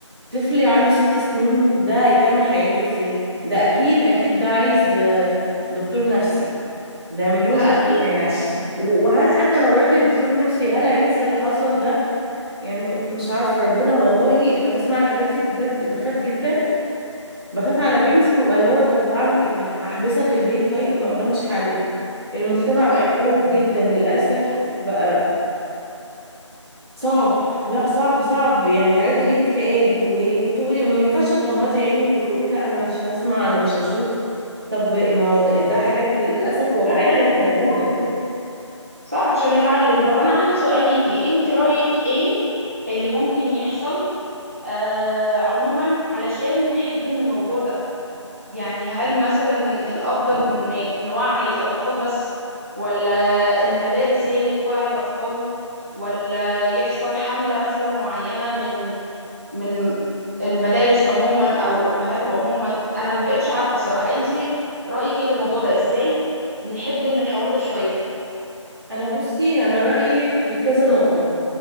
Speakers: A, in the centre; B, on the right (about 25°).
A: طفل عنده ست سنين ده هيكمل حياته ازاي ده اكيد اكيد ده عايز آه، دكتور نفسي ده مليون
B: ده
A: في المية
B: اكيد
A: يعني و- وهل حتى لو راح لدكتور نفسي هل هينسى اللي حصل ده يعني مش عارفة ربنا والله انا بسمع الحاجات دي بجد بخاف جدا بخاف على بنتي ببقى اللي هو طب هعمل ايه يعني هحبسها في البيت طيب ما هو ده مش حل المجتمع
B: صح
A: بقى يخوف جدا للأسف بقى صعب لا صعب صعب يعني حاجات تجيب اكتئاب و- وتقولي ما ينفعش تغمضي عينك وتقولي لا انا مش هسمع انا مش هشوف طب ما هو ده, ده حاجات للأسف واقعية
B: لا لازم
A: وموجودة
B: نسمع من- صح عشان نتعلم طب انا عندي سؤال ليكي انت رأيك ايه اللي ممكن يحصل آه عموما علشان نحد من الموضوع ده يعني هل مثلا الأفضل إن نوعي الأطفال بس ولا المدارس هي اللي توعي الأطفال ولا يحصل حملة مثلا معينة من من المدارس عموما أو الأمهات عموما أنا ما بقتش عارفة الصراحة أنت رأيك إيه في الموضوع ده إزاي نحد من الحوار ده شوية
A: انا بصي انا رأيي في كذا نقطة